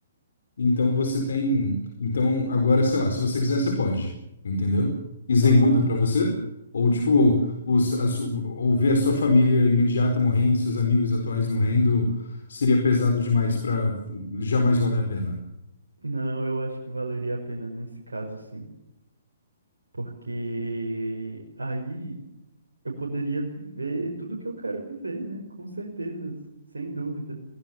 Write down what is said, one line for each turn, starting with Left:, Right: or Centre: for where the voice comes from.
Left: Então você tem. Então agora, sei lá, se você quiser, você pode, entendeu? E Zen
Right: Aham.
Left: muda pra você? Ou tipo, os, a su- ou ver a sua família imediata morrendo, seus amigos atuais morrendo, seria pesado demais pra jamais valer a pena.
Right: Não, eu acho que valeria a pena nesse caso, sim. Porque aí eu poderia viver tudo o que eu quero viver, né? Com certeza, sem dúvida